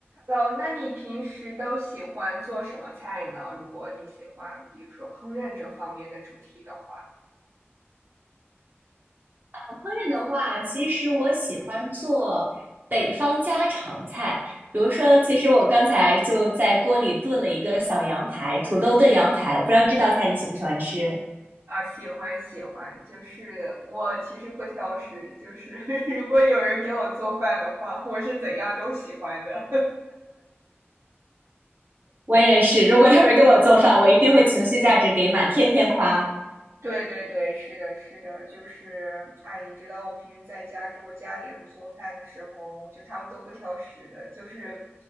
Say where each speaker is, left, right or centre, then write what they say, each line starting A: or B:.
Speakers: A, on the right; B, on the right.
A: 哦，那你平时都喜欢做什么菜呢？如果你喜欢，比如说烹饪这方面的主题的话，
B: 烹饪的话，其实我喜欢做北方家常菜，比如说，其实我刚才就在锅里炖了一个小羊排，土豆炖羊排，我不知道这道菜你喜不喜欢吃？
A: 啊，喜欢喜欢，就是我其实不挑食，就是 <laughs> 如果有人给我做饭的话，我是怎样都喜欢的。
B: 我也是，如果有人给我做饭，我一定会情绪价值给满，天天夸。
A: 对对对，是的，是的，就是，哎，你知道我平时在家给我家里人做饭的时候，就他们都不挑食的，就是